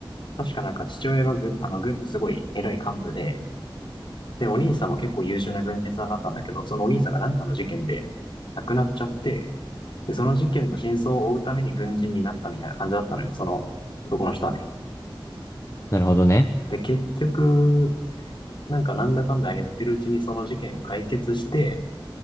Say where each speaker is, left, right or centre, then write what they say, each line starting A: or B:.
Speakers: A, on the left; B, on the left.
A: 確かなんか父親が軍、あの、軍のすごい偉い幹部で、で、お兄さんも結構優秀な軍人さんだったんだけど、そのお兄さんがなんかの事件で亡くなっちゃって、で、その事件の真相を追うために軍人になったみたいな感じだったのよ、その男の人はね。
B: なるほどね。
A: で、結局、なんかなんだかんだやってるうちにその事件を解決して、